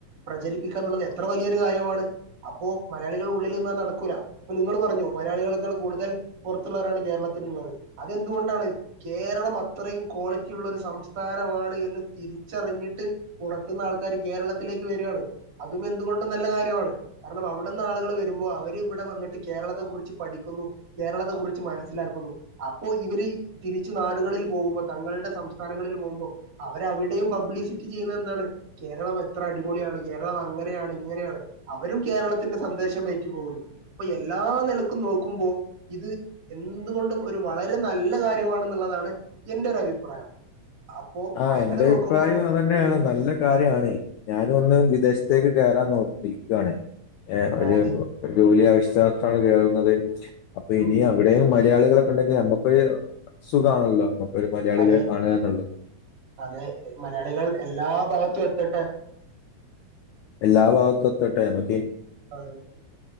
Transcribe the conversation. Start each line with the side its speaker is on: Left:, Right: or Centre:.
Right: പ്രചരിപ്പിക്കാ എന്നുള്ളത് എത്ര വലിയൊരു കാര്യമാണ് അപ്പോ മലയാളികൾ ഉള്ളിൽ നിന്നാ നടക്കൂല ഇപ്പൊ നിങ്ങള് പറഞ്ഞു മലയാളികളെക്കാൾ കൂടുതൽ പുറത്തുള്ളവരാണ് കേരളത്തിലുള്ളത് അതെന്തുകൊണ്ടാണ്? കേരളം അത്രയും ക്വാളിറ്റി ഉള്ളൊരു സംസ്ഥാനമാണ് എന്ന് തിരിച്ചറിഞ്ഞിട്ട് പുറത്തുന്നു ആൾക്കാര് കേരളത്തിലേക്ക് വരാണ്. അതും എന്തുകൊണ്ടും നല്ല കാര്യമാണ് കാരണം അവിടുന്ന് ആളുകൾ വരുമ്പോൾ അവര് ഇവിടെ വന്നിട്ട് കേരളത്തെ കുറിച്ച് പഠിക്കുന്നു. കേരളത്തെ കുറിച്ച് മനസ്സിലാക്കുന്നു അപ്പോ ഇവര് തിരിച്ചു നാടുകളിൽ പോകുമ്പോ തങ്ങളുടെ സംസ്ഥാനങ്ങളിൽ പോകുമ്പോ അവ അവിടെയും പബ്ലിസിറ്റി ചെയ്യുന്ന എന്താണ് കേരളം എത്ര അടിപൊളിയാണ് കേരളം അങ്ങനെയാണ് ഇങ്ങനെയാണ് അവരും കേരളത്തിന്റെ സന്ദേശം വയറ്റി പോകുന്നു അപ്പൊ എല്ലാ നിലക്കും നോക്കുമ്പോ ഇത് എന്തുകൊണ്ടും ഒരു വളരെ നല്ല കാര്യ ണുള്ളതാണ് എന്റെ ഒരു അഭിപ്രായം അപ്പോ
Left: ആഹ്
Right: അങ്ങനെ
Left: എന്റെ അഭിപ്രായവും
Right: നോക്കുമ്പോ
Left: അതന്നെയാണ്
Right: ഉം
Left: നല്ല കാര്യാണ് ഞാനും ഒന്ന് വിദേശത്തേക്ക് കേറാൻ നോക്കി നിൽക്കയാണേ ഏ ഒരു
Right: അതെ
Left: ജോലി ആവശ്യ ത്താണ് കയറുന്നത് അപ്പൊ ഇനി
Right: ഉം
Left: അവിടെ മലയാളികളൊ ണ്ടെങ്കിൽ നമുക്ക് ഒരു സുഖമാണല്ലോ അപ്പൊ ഒരു മലയാളിനെ
Right: അതെ
Left: കാണുക എന്നുണ്ട്
Right: അതെ മലയാളികൾ എല്ലാ ഭാഗത്തും എത്തട്ടെ
Left: ലാ ആ ഭാഗത്തു എത്തട്ടേന്ന്
Right: അതെ